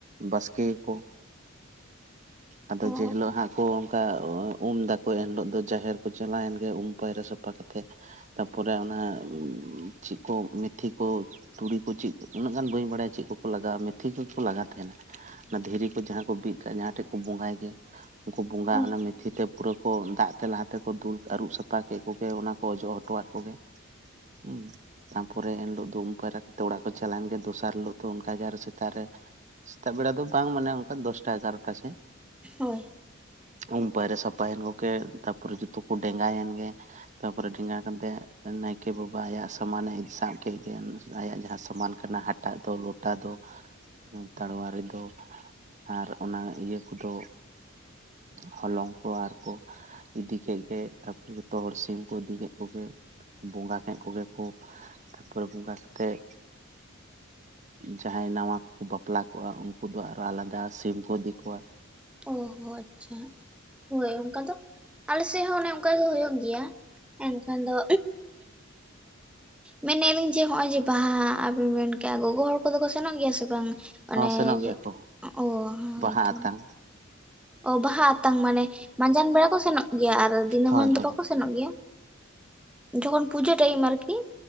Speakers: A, on the right; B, in the centre.
A: ᱵᱟᱥᱠᱮᱭᱟ ᱠᱚ ᱟᱫᱚ
B: ᱚ
A: ᱡᱮ ᱦᱤᱞᱳᱜ ᱦᱟᱸᱜ ᱠᱚ ᱚᱱᱠᱟ ᱩᱢ ᱫᱟᱠᱚ ᱮᱱ ᱦᱤᱞᱚᱜ ᱫᱚ ᱡᱟᱦᱮᱨ ᱠᱚ ᱪᱟᱞᱟᱣᱮᱱ ᱜᱮ ᱩᱢ ᱯᱟᱭᱨᱟ ᱥᱟᱯᱷᱟ ᱠᱟᱛᱮᱜ ᱛᱟᱯᱚᱨᱮ ᱚᱱᱟ ᱪᱮᱫ ᱠᱚ ᱢᱤᱛᱷᱤ ᱠᱚ ᱛᱩᱲᱤ ᱠᱚ ᱪᱮᱫ ᱩᱱᱟᱹᱜ ᱜᱟᱱ ᱵᱟᱹᱧ ᱵᱟᱲᱟᱭᱟ ᱪᱮᱫ ᱠᱚᱠᱚ ᱞᱟᱜᱟᱣᱼᱟ ᱢᱮᱛᱷᱤ ᱠᱚ ᱠᱚ ᱞᱟᱜᱟᱣ ᱛᱟᱦᱮᱱᱟ ᱚᱱᱟ ᱫᱷᱤᱨᱤ ᱠᱚ ᱡᱟᱦᱟᱸ ᱠᱚ ᱵᱤᱫ ᱠᱟᱜ ᱡᱟᱦᱟᱸ ᱴᱷᱮᱡ ᱠᱚ ᱵᱚᱸᱜᱟᱭ ᱜᱮᱭᱟ ᱩᱱᱠᱩ ᱵᱚᱸᱜᱟ
B: ᱦᱳᱭ
A: ᱚᱱᱟ ᱢᱮᱛᱷᱤ ᱛᱮ ᱯᱩᱨᱟᱹ ᱠᱚ ᱫᱟᱜ ᱛᱮ ᱞᱟᱦᱟ ᱛᱮᱠᱚ ᱫᱩᱞ ᱟᱹᱨᱩᱵ ᱥᱟᱯᱷᱟ ᱠᱮᱫ ᱠᱚᱜᱮ ᱚᱱᱟ ᱠᱚ ᱚᱡᱚᱜ ᱦᱚᱴᱚᱣᱟᱫ ᱠᱚᱜᱮ ᱦᱩᱸ ᱛᱟᱨᱯᱚᱨᱮ ᱮᱱᱦᱤᱞᱳᱜ ᱫᱚ ᱩᱢ ᱯᱟᱭᱨᱟ ᱠᱟᱛᱮᱫ ᱚᱲᱟᱜ ᱠᱚ ᱪᱟᱞᱟᱣᱮᱱ ᱜᱮ ᱫᱚᱥᱟᱨ ᱦᱤᱞᱳᱜ ᱫᱚ ᱚᱱᱠᱟᱜᱮ ᱥᱮᱛᱟᱜ ᱨᱮ ᱥᱮᱛᱟᱜ ᱵᱮᱲᱟ ᱫᱚ ᱵᱟᱝ ᱢᱟᱱᱮ ᱚᱱᱠᱟ ᱫᱚᱥᱴᱟ ᱮᱜᱟᱨᱚᱴᱟ ᱥᱮᱫ
B: ᱦᱩᱸ
A: ᱩᱢ ᱯᱟᱭᱨᱟ ᱥᱟᱯᱷᱟᱭᱮᱱ ᱠᱚᱜᱮ ᱛᱟᱨᱯᱚᱨᱮ ᱡᱚᱛᱚ ᱠᱚ ᱰᱮᱸᱜᱟᱭᱮᱱ ᱜᱮ ᱛᱟᱯᱚᱨᱮ ᱰᱮᱸᱜᱟ ᱠᱟᱛᱮᱫ ᱱᱟᱭᱠᱮ ᱵᱟᱵᱟ ᱟᱭᱟᱜ ᱥᱟᱢᱟᱱᱮ ᱥᱟᱵ ᱠᱮᱫ ᱜᱮ ᱟᱭᱟᱜ ᱡᱟᱦᱟᱸ ᱥᱟᱢᱟᱱ ᱠᱟᱱᱟ... ᱦᱟᱴᱟᱜ ᱫᱚ ᱞᱚᱴᱟ ᱫᱚ ᱦᱮᱸ ᱛᱟᱲᱣᱟᱨᱤ ᱫᱚ ᱟᱨ ᱚᱱᱟ ᱤᱭᱟᱹ ᱠᱚᱫᱚ ᱦᱚᱞᱚᱝ ᱠᱚ ᱟᱨᱠᱚ ᱤᱫᱤ ᱠᱮᱫ ᱜᱮ ᱛᱟᱯᱚᱨᱮ ᱡᱚᱛᱚ ᱦᱚᱲ ᱥᱤᱢ ᱠᱚ ᱤᱫᱤ ᱠᱮᱫ ᱠᱚᱜᱮ ᱵᱚᱸᱜᱟ ᱠᱮᱫ ᱠᱚᱜᱮ ᱠᱚ ᱛᱟᱯᱚᱨᱮ ᱵᱚᱸᱜᱟ ᱠᱟᱛᱮᱫ ᱡᱟᱦᱟᱸᱭ ᱱᱟᱣᱟ ᱠᱚᱠᱚ ᱵᱟᱯᱞᱟ... ᱠᱚᱜ-ᱟ ᱩᱱᱠᱩ ᱫᱚ ᱟᱨᱚ ᱟᱞᱟᱫᱟ ᱥᱤᱢ ᱠᱚ ᱤᱫᱤ ᱠᱚᱣᱟ
B: ᱚ ᱟᱪᱪᱷᱟ ᱦᱟᱸᱜ ᱦᱳᱭ ᱚᱱᱠᱟ ᱫᱚ ᱟᱞᱮ ᱥᱮᱫ ᱦᱚᱸ ᱚᱱᱮ ᱚᱱᱠᱟ ᱫᱚ ᱦᱩᱭᱩᱜ ᱜᱮᱭᱟ ᱮᱱᱠᱷᱟᱱ ᱫᱚ ᱢᱮᱱᱮᱫ ᱞᱤᱧ ᱡᱮ ᱱᱚᱜᱼᱚᱭ ᱡᱮ ᱵᱟᱦᱟ ᱟᱵᱤᱱ ᱢᱮᱱ ᱠᱮᱜᱼᱟ ᱜᱚᱜᱚ ᱦᱚᱲ ᱠᱚᱫᱚ ᱠᱚ ᱥᱮᱱᱚᱜ ᱜᱮᱭᱟ ᱥᱮ ᱵᱟᱝ ᱚᱱᱮ
A: ᱦᱚᱸ ᱥᱮᱱᱚᱜ
B: ᱡᱮ
A: ᱜᱮᱭᱟ ᱠᱚ
B: ᱚ ᱦᱳᱭᱛᱳ
A: ᱵᱟᱦᱟ ᱟᱛᱟᱝ
B: ᱚ ᱵᱟᱦᱟ ᱟᱛᱟᱝ ᱢᱟᱱᱮ ᱢᱟᱸᱡᱟᱱ ᱵᱮᱲᱟ ᱠᱚ ᱥᱮᱱᱚᱜ ᱜᱮᱭᱟ ᱟᱨ ᱫᱤᱱᱟᱹᱢᱟᱱ
A: ᱦᱳᱭ
B: ᱫᱚ
A: ᱦᱳᱭ
B: ᱵᱟᱠᱚ ᱥᱮᱱᱚᱜ ᱜᱮᱭᱟ ᱡᱚᱠᱷᱚᱱ ᱯᱩᱡᱟᱹ ᱴᱟᱭᱤᱢ ᱟᱨᱠᱤ